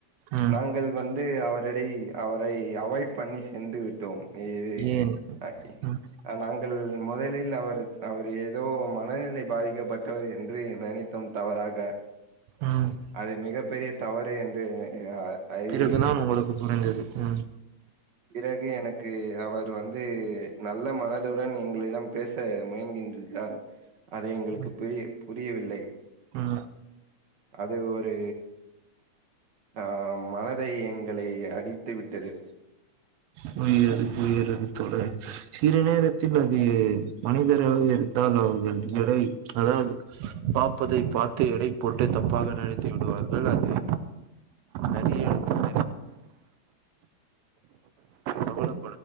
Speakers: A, on the right; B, on the right.
A: ம்
B: நாங்கள் வந்து அவரிடை அவரை அவாய்ட் பண்ணி சென்று விட் டோம் ஏ
A: ஏன்
B: அ இ
A: ம்
B: நாங்கள் முதலில் அவர் அவர் ஏதோ மனநிலை பாதிக்கப்பட்டவர் என்று நனைத் தோம் தவராக
A: ம்
B: அது மிக பெரிய தவறு என்று அ அறியவில்லை.
A: பிறகுதான் உங்களுக்கு புரிஞ்சது ம்
B: பிறகு எனக்கு அவர் வந்து நல்ல மனதுடன் எங்களிடம் பேச முயங்கின்றிருக்கார் அதை எங்களுக்கு
A: ம்
B: பிரிய புரியவில்லை
A: ம்
B: அது ஒரு ஆ மனதை எங்களை அடித்து விட்டது
A: புரிகிறது புரிகிறது தோழரே சில நேரத்தில் அது மனிதராக இருக் <unintelligible> எடை அதாவது பாப்பது பார்த்து எடை போட்டு தப்பாக நெனைத்து விடுவார்கள் அது நிறைய இடத்தில் கவலப்